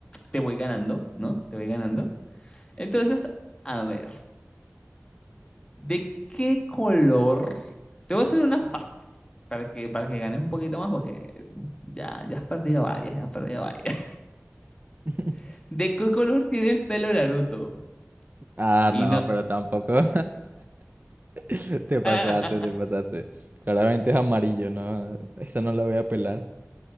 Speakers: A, on the left; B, on the right.
A: te voy ganando, ¿no? Te voy ganando. Entonces, a ver, ¿de qué color? Te voy a hacer una fácil para que, para que ganes un poquito más porque ya, ya has perdido varias, ya has perdido varias.
B: <laughs>
A: <laughs> ¿De qué color tiene el pelo Naruto?
B: Ah,
A: Y
B: no,
A: no...
B: pero tampoco. <laughs> <laughs> Te pasaste,
A: <laughs>
B: te pasaste. Claramente es amarillo, ¿no? Esa no la voy a pelar.